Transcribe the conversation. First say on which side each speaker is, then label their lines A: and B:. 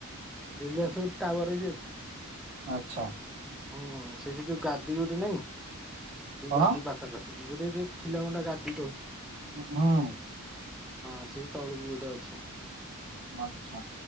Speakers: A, in the centre; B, on the right.
A: ରିଲିଆନ୍ସ ଗୋଟେ ଟାୱାର ବି ଅଛି।
B: ଆଚ୍ଛା।
A: ହୁଁ ସେଠି ଯୋଉ ଗାଦି ଗୋଟେ ନାଇଁ ସେଇ
B: କଣ
A: ଗାଦି ପାଖାପାଖି। ଗୋଟେ ଏ ଥିଲା ଗୋଟେ ଗାଧି।
B: ହୁଁ।
A: ହଁ ସେଇ ତଳକୁ ଗୋଟେ ଅଛି।
B: ଆଚ୍ଛା।